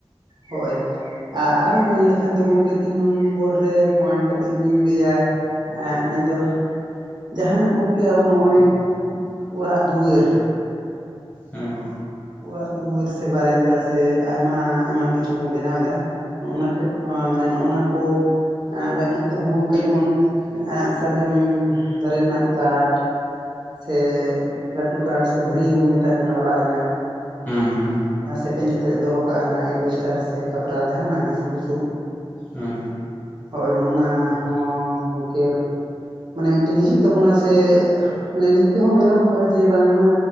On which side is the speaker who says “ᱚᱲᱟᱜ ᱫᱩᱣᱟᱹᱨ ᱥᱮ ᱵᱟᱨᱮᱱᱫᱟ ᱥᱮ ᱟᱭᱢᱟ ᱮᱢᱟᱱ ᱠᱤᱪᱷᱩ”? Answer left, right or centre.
Right